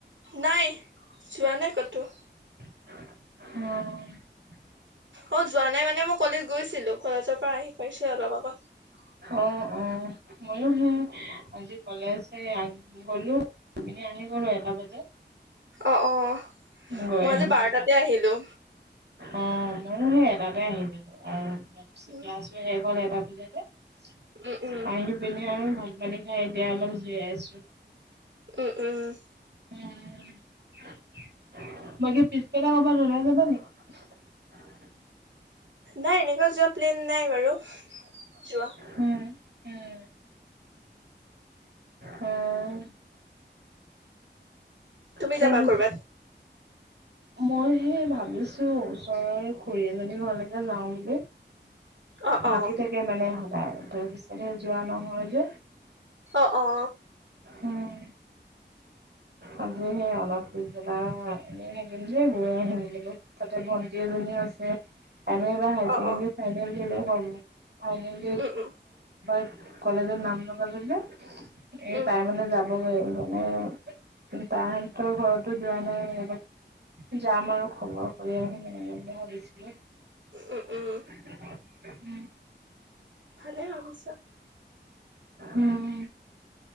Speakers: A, on the right; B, on the right.
A: নাই, যোৱা নাই ক'তো।
B: অ'।
A: অ' যোৱা নাই মানে মই কলেজ গৈছিলো। কলেজৰ পৰা আহি পাইছো অলপ আগত।
B: অ', অ', মইয়ো সেই আজি কলেজ গ'লো আহি পিনে আহি গ'লো এটা বজাত।
A: অ', অ'।
B: গৈ
A: মই
B: আহিলো।
A: আজি বাৰটাতে আহিলোঁ।
B: অ' মইয়ো সেই এটাতে আহিছিলোঁ আৰু ক্লাছ
A: উম
B: ক্লাছো শেষ হ'ল এটা <unintelligible>
A: উম উম
B: আহি পিনি আৰু ভাত পানী খাই এতিয়া অলপ জিৰাই আছো।
A: উম', উম'।
B: উম, <unintelligible> <inaudible>
A: নাই এনেকুৱা যোৱা প্লেন নাই বাৰু, যোৱা।
B: উম, উম'। উম।
A: তুমি
B: তাৰপিছত
A: যাবা কৰ'বাত।
B: মই সেই ভাবিছো ওচৰৰ খুড়ী এজনীৰ ঘৰলৈকে যাওঁ বুলি।
A: অ
B: মাতি
A: অ
B: থাকে মানে সদায়। তাৰ পিছতে যোৱা নহয় যে।
A: অ অ,
B: উম আজি সেই অলপ পিছবেলা এনেই থাকিম যে গৈ আহিম বলো তাতে ভন্টি এজনীও আছে। এম এ বা হাই
A: অ
B: ছেকেণ্ডাৰীত
A: অ
B: ফাইনেল <unintelligible> ফাইনেল
A: উম উম
B: <unintelligible> কলেজত নাম ল <unintelligible> এই
A: উম
B: তাই মানে যাব <unintelligible> কিন্তু তাহঁতৰ ঘৰতো যোৱা নাই অলপ যাম আৰু খবৰ কৰি আহিম ভাবিছ
A: উম
B: <unintelligible>
A: উম ভালে ভাবিছা।
B: উম